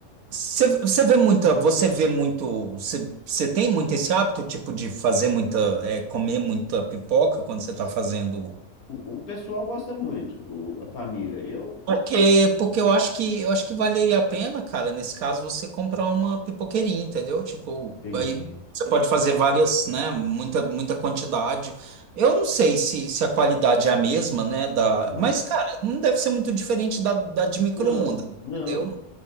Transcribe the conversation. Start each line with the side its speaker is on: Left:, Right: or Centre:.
Right: Você você vê muita, você vê muito, você você tem muito esse hábito, tipo, de fazer muita, é, comer muita pipoca quando você está fazendo.
Left: o, o pessoal gosta muito, o- a família. Eu
Right: Porque, porque eu acho que eu acho que valeria a pena, cara, nesse caso, você comprar uma pipoqueirinha, entendeu? Tipo,
Left: entendi.
Right: aí você pode fazer várias, né? Muita, muita quantidade. Eu não sei se, se a qualidade é a mesma, né? Da,
Left: Não,
Right: mas, cara, não deve ser muito diferente da, da de micro-ondas,
Left: não, não.
Right: entendeu?